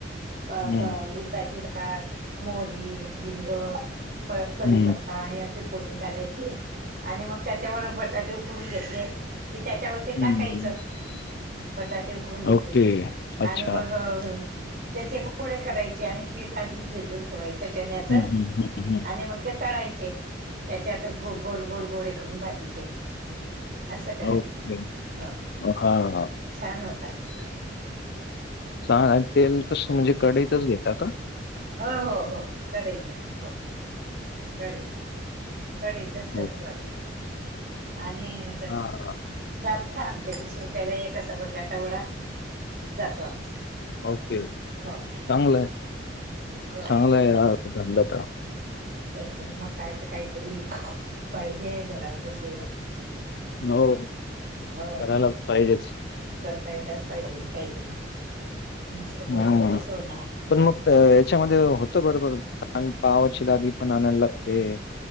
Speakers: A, on the right (about 50°); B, on the left (about 55°).
A: अ
B: हं,
A: उरधाची डाळ मोरी लिंग परत कडीपत्ता
B: हं,
A: का यात फोडणी घालायची आणि मग त्याच्यावर बटाटे उकडून घेतले. कि त्याच्यावरती
B: हं.
A: टाकायचं. बटाटे उकडून घेतले
B: ओके.
A: की
B: अच्छा.
A: आणि मग त्याचे गोडे करायचे आणि पीठ आधीच भिजून ठेवायचं चण्याच
B: हं, हं, हं, हं.
A: आणि मग ते तळायचे त्याच्या आत ग गोल गोल गोडे करून भाजीचे असं करायचं
B: ओके.
A: हो
B: हां.
A: छान होत आमच्या
B: सां आणि तेल कस म्हणजे कढतच घेता का?
A: हो हो काढायचा हा कढईतच. कढईतच
B: हो.
A: तळतो आता आणि
B: हां, हां.
A: आता आमच्या वीस रुपयाला एक असा बटाटा वडा जातो आमचा
B: ओके
A: हो
B: चांगलंय
A: हो
B: चांगलाय धंदात.
A: त्यात ना मग काय तर काहीतरी पाहिजे आहे घरात बसून.
B: हो
A: हो
B: करायला पाहिजेच.
A: करायलाच पाहिजे ना काहीतरी मुस्त बसून
B: हं.
A: कसं होणार.
B: पण मग याच्यामध्ये होत बरोबर पावाची लादीी पण आणायला लागते.